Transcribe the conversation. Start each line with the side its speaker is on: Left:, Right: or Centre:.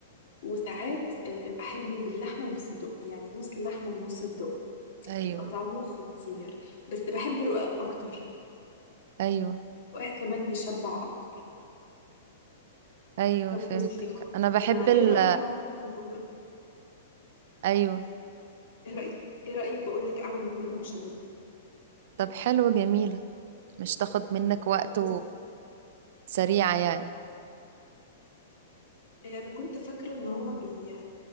Left: وساعات آه، أحبه باللحمة وبالصدق يعني نص لحمة ونص صدق
Right: ايوه
Left: بيبقى طعمه خطير بس بحب الرقاق أكتر
Right: ايوه
Left: الرقاق كمان بيشبع أكتر
Right: ايوه
Left: طب
Right: فهمتك
Left: بصي خلاص
Right: انا بحب
Left: أنا
Right: ال
Left: إيه رأيك أعمل مكرونة
Right: ايوه
Left: إيه رأيك إيه رأيك بقولك أعمل مكرونة بشاميل
Right: طب حلوة جميلة مش تاخد منك وقت
Left: بص
Right: وسريعة يعني
Left: آه، أنا كنت فاكرة إن هما بي...